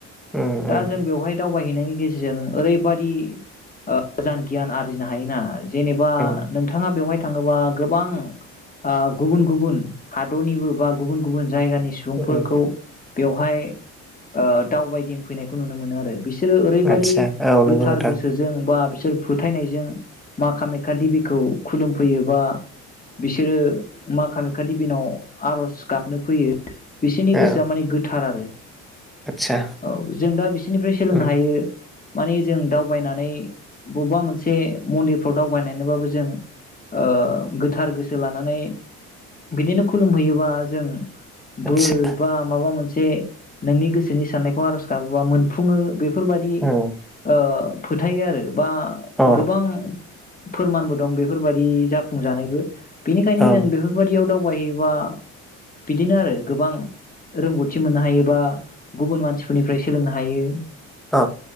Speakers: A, in the centre; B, on the left.
A: उम
B: दा
A: उम
B: जों बेवहाय दावबायहैनायनि गेजेरजों ओरैबादि। ओ मोजां गियान आरजिनो हायोना। जेनेबा
A: उम
B: नोंथाङा बेवहाय। थाङोबा गोबां ओ गुबुन गुबुन हादरनिबो बा गुबुन गुबुन। जायगानि सुबुंफोरखौ।
A: उम
B: बेवहाय ओ दावबायदिंफैनायखौ नुनो मोनो आरो बिसो बिसोरो ओरैबायदि
A: आदसा औ नंगौ
B: गोथार
A: नोंथां
B: गोसो बा बिसोर फोथायनायजों मा कामेख्या दिबिखौ खुलुमफैयो बा बिसोरो मा कामाखख्या दिबिनाव आर'ज गाबनो फैयो। बिसोरनि
A: औ
B: गोसोआ माने गोथार आरो।
A: आदसा
B: औ जों दा बिसोरनिफ्राय सोलोंनो
A: उम
B: हायो। मानि जों दाउ। दावबायनानै बबेबा मोनसे मन्दिरफ्राव दावबायबाबो जों ओ गोथार गोसो लानानै बिदिनो खुलुमहैयोबा जों।
A: आदसा
B: बोर बा माबा मोन जे नोंनि गोसोनि साननायखौ आर'ज गाबोबा मोनफुङो बे। बेफोरबादि
A: औ
B: ओ फोथायो आरो बा
A: अ
B: गोबां फोरमानबो दं बेफोरबायाददि जाफुंजानायबो बेनिखायनो
A: अ
B: जों बेफोरबायदियाव दाउ दगबायायोबा बिदिनो आरो गोबां रोंगौथि मोननो हायोबा गुबुन मानसिफोरनिफ्राय सोलोंनो हायो।
A: अ